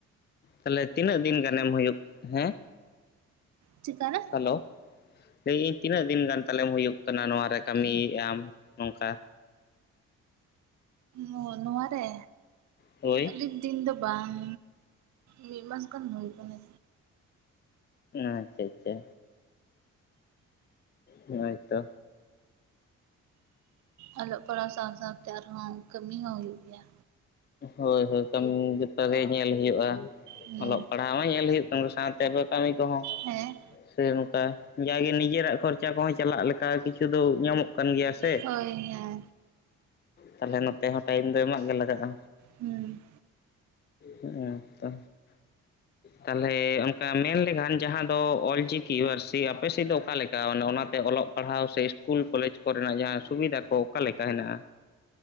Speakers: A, on the left; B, on the right.
A: ᱛᱟᱦᱞᱮ ᱛᱤᱱᱟᱹᱜ ᱫᱤᱱ ᱜᱟᱱᱮᱢ ᱦᱩᱭᱩᱜ ᱦᱮᱸ?
B: ᱪᱤᱠᱟᱨᱮ?
A: ᱦᱮᱞᱳ ᱞᱟᱹᱭᱟᱹᱧ ᱛᱤᱱᱟᱹᱜ ᱫᱤᱱ ᱜᱟᱱ ᱛᱟᱞᱮᱢ ᱦᱩᱭᱩᱜ ᱠᱟᱱᱟ ᱱᱚᱣᱟ ᱨᱮ ᱠᱟᱹᱢᱤᱭᱮᱫ ᱟᱢ ᱱᱚᱝᱠᱟ?
B: ᱦᱳᱭ ᱱᱚᱣᱟ ᱨᱮ
A: ᱦᱳᱭ
B: ᱟᱞᱤᱧ ᱫᱤᱱ ᱫᱚ ᱵᱟᱝ, ᱢᱤᱫ ᱢᱟᱥ ᱜᱟᱱ ᱦᱩᱭᱩᱜ ᱠᱟᱱᱟ᱾
A: ᱟᱪᱪᱷᱟ ᱪᱷᱟ ᱦᱳᱭ ᱛᱚ᱾
B: ᱚᱞᱚᱜ ᱯᱟᱲᱦᱟᱣ ᱥᱟᱶ ᱥᱟᱶᱛᱮ ᱟᱨᱦᱚᱸ ᱠᱟᱹᱢᱤ ᱦᱚᱸ ᱦᱩᱭᱩᱜ ᱜᱮᱭᱟ᱾
A: ᱦᱳᱭ ᱦᱳᱭ ᱠᱟᱹᱢᱤ ᱡᱷᱚᱛᱚ ᱜᱮ ᱧᱮᱞ ᱦᱩᱭᱩᱜ-ᱟ᱾
B: ᱦᱩᱸ
A: ᱚᱞᱚᱜ ᱯᱟᱲᱦᱟᱣ ᱦᱚᱸ ᱧᱮᱞ ᱦᱩᱭᱩᱜ ᱠᱟᱱ ᱥᱟᱶᱛᱮ ᱟᱵᱚ ᱠᱟᱹᱢᱤ ᱠᱚᱦᱚᱸ
B: ᱦᱮᱸ
A: ᱥᱮ ᱱᱚᱝᱠᱟ, ᱡᱟᱜᱮ ᱱᱤᱡᱮᱨᱟᱜ ᱠᱷᱚᱨᱪᱟ ᱠᱚᱦᱚᱸ ᱪᱟᱞᱟᱜ ᱞᱮᱠᱟ ᱠᱤᱪᱷᱩ ᱫᱚ ᱧᱟᱢᱚᱜ ᱠᱟᱱ ᱜᱮᱭᱟ ᱥᱮ,
B: ᱦᱳᱭ ᱦᱮᱸ
A: ᱛᱟᱦᱞᱮ ᱱᱚᱛᱮ ᱦᱚᱸ ᱴᱟᱭᱤᱢ ᱫᱚ ᱮᱢᱟᱜ ᱜᱮ ᱞᱟᱜᱟᱜ-ᱟ᱾
B: ᱦᱩᱸ᱾
A: ᱦᱮᱸ ᱛᱚ᱾ ᱛᱟᱦᱚᱞᱮ ᱚᱱᱠᱟ ᱢᱮᱱ ᱞᱮᱠᱷᱟᱱ ᱡᱟᱦᱟᱸ ᱫᱚ ᱚᱞᱪᱤ ᱠᱤᱭᱩᱟᱨᱥᱤ ᱟᱯᱮ ᱥᱮᱫ ᱫᱚ ᱚᱠᱟᱞᱮᱠᱟ ᱚᱱᱟᱛᱮ ᱚᱞᱚᱜ ᱯᱟᱲᱦᱟᱣ ᱥᱮ ᱤᱥᱠᱩᱞ ᱠᱚᱞᱮᱡᱽ ᱠᱚᱨᱮᱱᱟᱜ ᱡᱟᱦᱟᱸ ᱥᱩᱵᱤᱫᱷᱟ ᱠᱚ? ᱚᱠᱟ ᱞᱮᱠᱟ ᱦᱮᱱᱟᱜ-ᱟ?